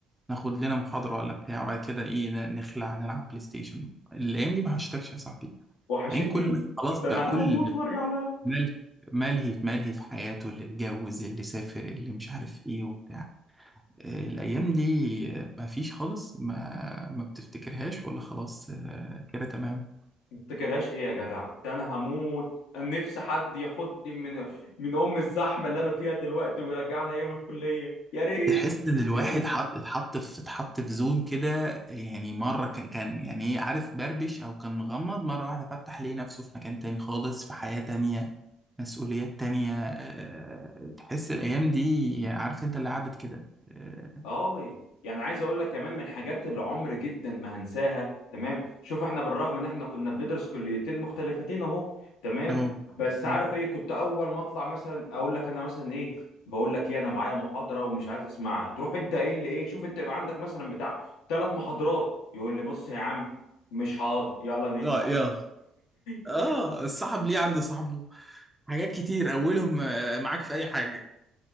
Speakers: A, in the centre; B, on the left.
A: ناخد لنا محاضره ولا بتاع بعد كده ايه ن- نخلع نلعب بلاي ستيشن الايام دي ما وحشتكش يا صاحبي
B: وحشتني
A: يعني كل واحد خلاص بقى
B: ده انا
A: كل
B: هموت وارجع لها
A: ملهي ملهي في ملهي في حياته اللي اتجوز اللي سافر اللي مش عارف ايه وبتاع آه، الأيام دي آه، ما فيش خالص ما ما بتفتكرهاش ولا خلاص آه، كده تمام
B: ما بتفتكرهاش ايه يا جدع ده انا هموت نفسي حد ياخدني من من ام الزحمه اللي انا فيها دلوقتي ويرجعنا ايام الكليه يا ريت
A: تحس إن الواحد
B: يا ريت
A: حط اتحط في اتحط في زون كده يعني مرة ك- كان يعني إيه عارف بربش أو كان مغمض مرة واحدة فتح ليه نفسه في مكان تاني خالص في حياة تانية مسؤوليات تانية آه، تحس الأيام دي عارف أنت اللي عدت كده آه،
B: اه يعني عايز اقول لك كمان من الحاجات اللي عمر جدا ما هنساها تمام شوف احنا بالرغم ان احنا كنا بندرس كليتين مختلفتين اهو تمام
A: أه
B: بس عارف
A: مم.
B: ايه كنت اول ما اطلع مثلا اقول لك انا مثلا ايه بقول لك ايه انا معايا محاضره ومش عايز اسمعها تروح انت ايه اللي ايه شوف انت يبقى عندك مثلا بتاع ثلاث محاضرات يقول لي بص يا عم مش حاضر يلا ننزل
A: اه يا
B: <laughs>
A: اه الصاحب ليه عند صاحبه حاجات كتير اولهم آه، معاك في اي حاجه